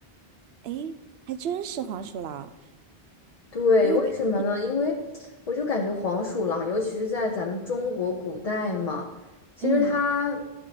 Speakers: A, on the right; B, on the left.
A: 诶，还真是黄鼠狼，
B: 对，
A: 因为它
B: 为什么呢？因为我就感觉黄鼠狼，尤其是在咱们中国古代嘛，其实它、
A: 嗯。